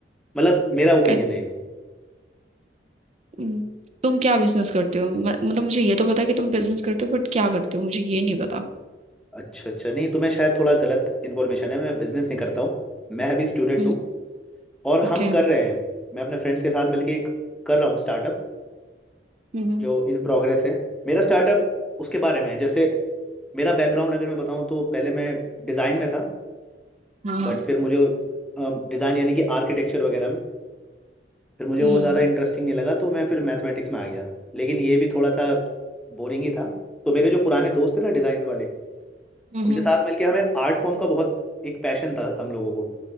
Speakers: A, in the centre; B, on the right.
A: मतलब मेरा ओपिनियन
B: ऐसे
A: है ये
B: हम्म, तुम क्या बिजनेस करते हो म- मतलब मुझे ये तो पता है कि तुम बिजनेस करते हो बट क्या करते हो मुझे ये नहीं पता
A: अच्छा अच्छा नहीं तुम्हें शायद थोड़ा गलत इन्फॉर्मेशन है मैं बिजनेस नहीं करता हूँ मैं अभी स्टूडेंट
B: हम्म
A: हूँ और
B: ओके
A: हम कर रहे हैं मैं अपने फ्रेंड्स के साथ मिलके एक कर रहा हूँ स्टार्टअप
B: हम्म हम्म।
A: जो इन प्रोग्रेस है मेरा स्टार्टअप उसके बारे में है जैसे मेरा बैकग्राउंड अगर मैं बताऊँ तो पहले मैं डिज़ाइन में था
B: हाँ
A: बट
B: हाँ
A: फिर मुझे डिज़ाइन यानी कि आर्किटेक्चर वगैरह में फिर मुझे
B: हम्म
A: वो ज़्यादा इंटरेस्टिंग नहीं लगा तो मैं फिर मैथमेटिक्स में आ गया लेकिन ये भी थोड़ा सा बोरिंग ही था तो मेरे जो पुराने दोस्त थे ना डिज़ाइन वाले
B: हम्म
A: उनके साथ मिलके हमें आर्ट फॉर्म का बहुत एक पैशन था हम लोगों को